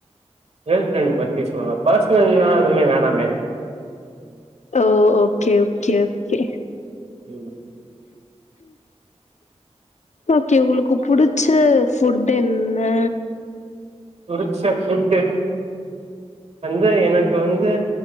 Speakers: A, on the right; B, on the left.
A: கேல் ஃப்ரெண்டு பத்தி சொல்லவா பர்சனல்லா எதுமே வேணாமே
B: ஓ ஓகே ஓகே ஓகே
A: ம்
B: ஓகே உங்களுக்கு புடிச்ச ஃபுட்டு என்ன
A: புடிச்ச ஃபுட்டு வந்து எனக்கு வந்து